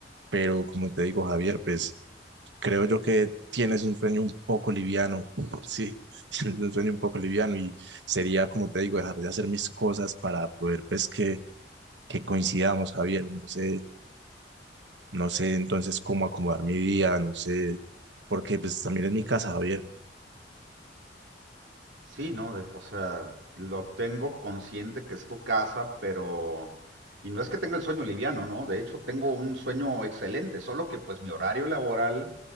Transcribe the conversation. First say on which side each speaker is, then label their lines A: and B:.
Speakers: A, on the right; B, on the right.
A: pero como te digo, Javier, pues... creo yo que tienes un sueño un poco liviano, sí, <laughs> tienes un sueño un poco liviano y sería, como te digo, dejar de hacer mis cosas para poder, pues, que, que coincidamos, Javier, no sé, no sé entonces cómo acomodar mi día, no sé, porque pues también es mi casa, Javier.
B: Sí, no, de- o sea, lo tengo consciente que es tu casa, pero... Y no es que tenga el sueño liviano, ¿no? De hecho, tengo un sueño excelente, solo que pues mi horario laboral